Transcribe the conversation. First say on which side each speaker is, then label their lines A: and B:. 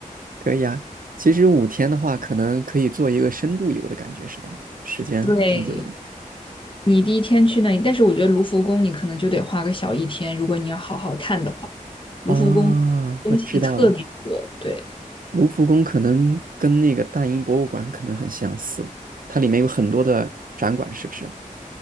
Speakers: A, on the right; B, on the left.
A: 可以啊。其实五天的话，可能可以做一个深度游的感觉，是吧？时间挺久的。
B: 对，你第一天去那里，但是我觉得卢浮宫你可能就得花个小一天，如果你要好好看的话，卢浮宫东西特别多。
A: 啊，我知道了。
B: 对，
A: 卢浮宫可能跟那个大英博物馆可能很相似，它里面有很多的展馆，是不是？